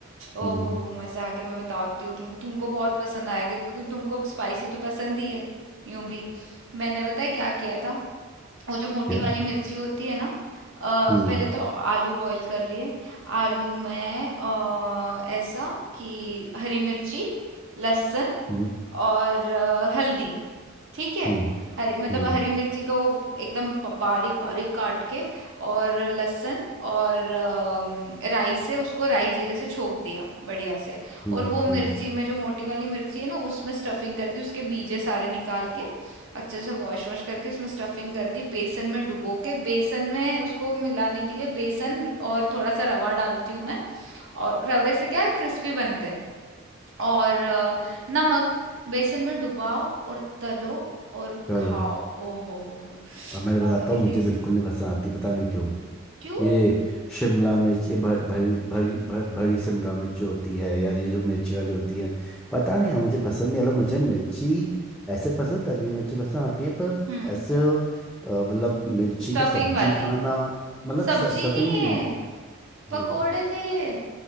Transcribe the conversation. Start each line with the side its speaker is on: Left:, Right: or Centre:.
Right: ओह
Centre: हम्म
Right: हो हो मजा आ गया मैं बताती हूँ तुमको तुमको बहुत पसंद आएगा क्योंकि तुमको स्पाइसी तो पसंद ही है यूं भी मैंने पता है क्या किया था वो जो मोटी
Centre: क्या
Right: वाली मिर्ची होती है ना अ,
Centre: हम्म
Right: पहले तो आलू बॉईल कर लिए आलू में अ, ऐसा कि हरी मिर्ची लहसुन
Centre: हम्म
Right: और अ, हल्दी ठीक है
Centre: हम्म
Right: हरी मतलब
Centre: हम्म
Right: हरी मिर्ची को एकदम प- बारीक बारीक काट के और लहसुन और अम, राई से उसको राई जीरे से छोक दिया बढ़िया से
Centre: हम्म
Right: और वो
Centre: हम्म।
Right: मिर्ची में जो मोटी वाली मिर्ची है ना उसमें स्टफिंग कर दी उसके बीजे सारे निकाल के अच्छे से वॉश वॉश करके उसमें स्टफिंग कर दी बेसन में डुबो के बेसन में उसको मिलाने के लिए बेसन और थोड़ा सा रवा डालती हूँ मैं और रवे से क्या क्रिस्पी बनते हैं और अ, नमक बेसन में डुबाओ और तलो और
Centre: चलो
Right: खाओ ओ हो हो हो
Centre: अब मैं
Right: बहुत
Centre: बताता
Right: ही
Centre: हूँ मुझे
Right: टेस्टी
Centre: बिल्कुल नहीं पसंद आती पता नहीं क्यों
Right: क्यों
Centre: ये शिमला मिर्च ये भर, भरी भरी भर, भरी शिमला मिर्च जो होती है यार ये जो मिर्ची वाली होती है पता नहीं यार मुझे पसंद नहीं मतलब मुझे मिर्ची ऐसे पसंद तली हुई मिर्ची पसंद आती है पर
Right: हम्म
Centre: ऐसे अ, मतलब मिर्ची
Right: स्टफिंग
Centre: की सब्जी
Right: वाली
Centre: खाना मतलब
Right: सब्जी
Centre: स्टफिंग
Right: नहीं
Centre: भी नहीं
Right: है पकोड़े
Centre: हम्म
Right: थे ये